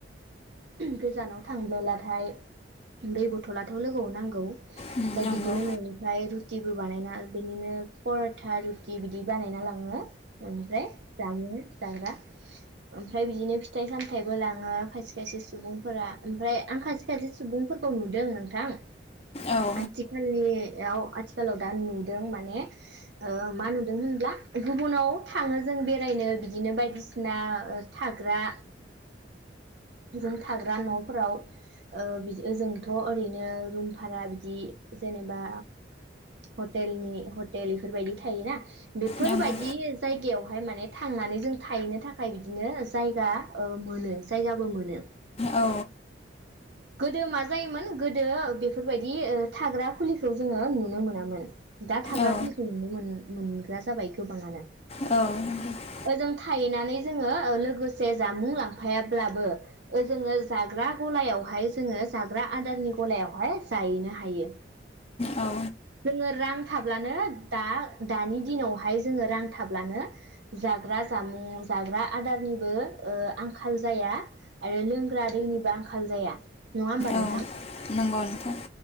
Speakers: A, on the right; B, on the left.
A: गोजानाव थांब्लोलाथाय दै बथलाथ' लोगोआव नांगौ।
B: नंगौ
A: बाय बिदिनो न'निफ्राय रु टिबो बानायना बिदिनो पर'था रुटि बिदि बानायना लाङो बेनिफ्राय जामुं जाग्रा। ओमफ्राय बिदिनो फिथाइ सामथाइबो लाङो खायसे खायसे सुबुंफोरा। ओमफ्राय आं खायसे खायसे सुबुंफोरखौ नुदों नोंथां
B: औ
A: आथिखालनि याव आथिखालाव दा नुदों माने मा नुदों होनब्ला गुबुनाव थाङो जों बेरायनो बिदिनो बायदिसिना थाग्रा जों थाग्रा न' फोराव ओ बिदि जोंथ' ओरैनो रुम भारा बिदि जेनेबा हटेलनि हटेल इफोरबायदि थायोना, बेफोरबायदि
B: नंगौ
A: जाय गायावहाय माने थांनानै जों थाहैनो थाखाय बिदिनो जायगा मोनो, जायगाबो मोनो।
B: औ।
A: गोदो मा जायोमोन गोदो बेफोरबायदि ओ थाग्रा खुलिखौ जोङो नुनो मोनामोन। दा थाग्रा
B: औ
A: खुलिखौ नुनो मोन मोनग्रा जाबाय गोबाङानो।
B: औ नंगौ
A: ओजों थाहैनानै जोङो लोगोसे जामुं लांफायाब्लाबो ओ जोङो जाग्रा गलायावहाय जोङो जाग्रा आदारनि गलायावहाय जाहैनो हायो।
B: औ
A: जोङो रां थाब्लानो दा दानि दिनावहाय जोङो रां थाब्लानो जाग्रा जामुं, जाग्रा आदारनिबो ओ आंखाल जाया आरो लोंग्रा दैनिबो आंखाल जाया। नङा होमबा
B: औ
A: नोंथां
B: नंगौ नोंथां।